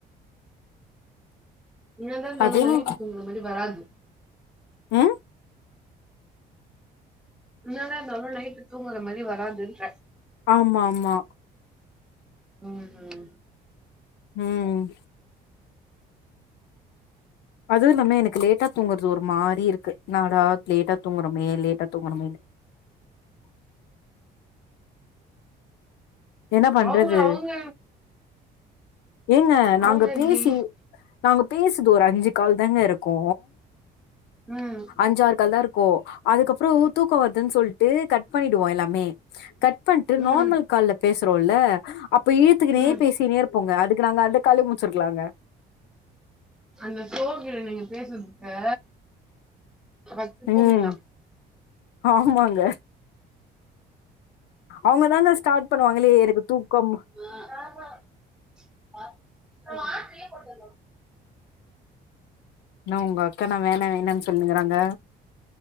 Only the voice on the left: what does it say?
அதுவு
அ
ஆமாம்மா
ம் அதூ இல்லாம எனக்கு லேட்டா தூங்கற்து ஒரு மாரி இருக்கு என்னாடா லேட்டா தூங்குறோமே லேட்டா தூங்கணுமேனு என்ன பண்றது
ஏங்க நாங்க
பேசி நாங்க பேசுது ஒரு அஞ்சு கால் தாங்க இருக்கு
அஞ்சார் கால்தா இருக்கு அதுக்கப்றோ தூக்கோ வர்துன் சொல்ட்டு கட் பண்ணிடுவோ எல்லாமே கட் பண்ட்டு
நார்மல் கால்ல பேசுறோல அப்ப இழுத்துக்குனே
பேசினேர் போங்க அதுக்கு நாங்க அந்த காலே முட்ச்சிர்க்லாங்க
ம் ஆமாங்க அவுங்க தாங்க ஸ்டாட் பண்ணுவாங்கலே எனக்கு தூக்கம்
ன்ன உங்க அக்கா என்ன வேணா வேணான் சொல்லிகுறாங்க